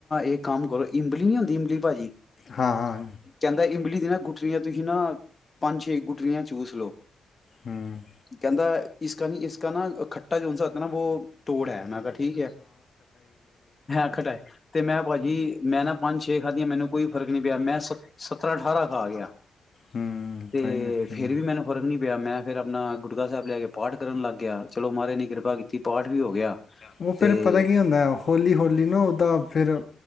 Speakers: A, on the left; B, on the left.
A: ਇੱਕ ਕਾਮ ਕਰੋ ਇਮਲੀ ਨਹੀਂ ਹੁੰਦੀ ਇਮਲੀ ਪਾਜੀ
B: ਹਾਂ ਹਾਂ
A: ਕਹਿੰਦਾ ਇਮਲੀ ਦੀ ਨਾ ਗੁਠਲੀਆਂ ਤੁਸੀਂ ਨਾ ਪੰਜ ਛੇ ਗੁਟਲੀਆਂ ਚੂਸ ਲਓ
B: ਹੂੰ
A: ਕਹਿੰਦਾ ਇਸਕਾ ਨੀ ਇਸਕਾ ਨਾ ਖੱਟਾ ਜੋ ਹੋਤਾ ਹੈ ਨਾ ਵੋ ਤੋੜ ਹੈ ਮੈਂ ਕਿਹਾ ਠੀਕ ਹੈ ਹੈ ਖਟਾਏ ਤੇ ਮੈਂ ਭਾਜੀ ਮੈਂ ਨਾ ਪੰਜ ਛੇ ਖਾਧੀਆਂ ਮੈਨੂੰ ਕੋਈ ਫ਼ਰਕ ਨੀ ਪਿਆ ਮੈਂ ਸ ਸਤਰਾਂ ਅਠਾਰਾਂ ਖਾ ਗਿਆ
B: ਹੂੰ
A: ਤੇ
B: ਤਾਂ ਹੀ ਕਰਕੇ
A: ਫੇਰ
B: ਨਾ
A: ਵੀ ਮੈਨੂੰ ਫ਼ਰਕ ਨੀ ਪਿਆ ਮੈਂ ਫੇਿਰ ਆਪਣਾ ਗੁਰੁਆਰਾ ਸਾਹਿਬ ਲੈ ਕੇ ਪਾਠ ਕਰਨ ਲੱਗ ਗਿਆ ਚਲੋ ਮਹਾਰਾਜ ਨੇ ਕਿਰਪਾ ਕੀਤੀ ਪਾਠ ਵੀ ਹੋ ਗਿਆ
B: ਉਹ
A: ਤੇ
B: ਫੇਰ ਪਤਾ ਕੀ ਹੁੰਦਾ ਹੋੌਲੀ ਹੋੌਲੀ ਨਾ ਉਹਦਾ ਫਿਰ